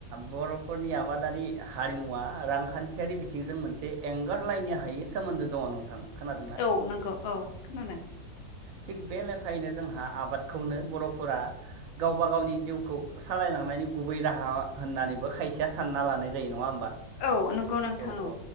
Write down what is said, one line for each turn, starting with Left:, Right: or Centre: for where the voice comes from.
Right: बर'फोरनि आबादारि हारिमुवा रांखान्थियारि बिथिंजों मोनसे एंगारलायनो हायै सोमोन्दो दङ नोंथां। खोनादोंना
Left: औ नंगौ औ खोनादों।
Right: थिग बे लेखायैनो जोंहा आबादखौनो बर'फोरा गावबा गावनि जिउखौ सालायलांनानै गुबै राहा होननानैबो खायसेया सानना लानाय जायो नङा
Left: औ नंगौ नोंथां
Right: औ औ